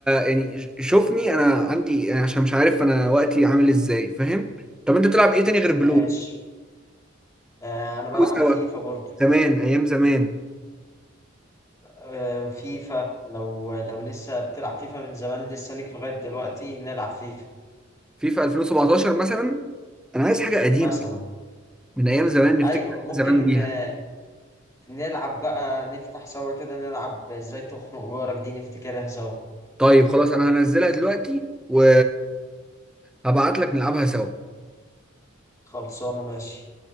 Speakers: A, in the centre; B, on the left.
A: يعني ش- شوفني انا عندي يعني عشان مش عارف انا وقتي عامل ازاي فاهم طب انت بتلعب ايه تاني غير بلور
B: ماشي آه، انا بلعب
A: أو سوا
B: فيفا برضه
A: زمان ايام زمان
B: آه، فيفا لو لو لسه بتلعب فيفا من زمان لسه ليك لغاية دلوقتي نلعب فيفا
A: فيفا 2017 مثلا انا عايز حاجه قديمه
B: مثلا
A: من ايام زمان نفتكر
B: ايوه
A: أيام
B: ممكن
A: زمان بيها
B: آه، نلعب بقى نفتح سوا كده نلعب ازاي تخنق جارك دي نفتكرها سوا
A: طيب خلاص انا هنزلها دلوقتي و هبعت لك نلعبها سوا
B: خلصانة ماشي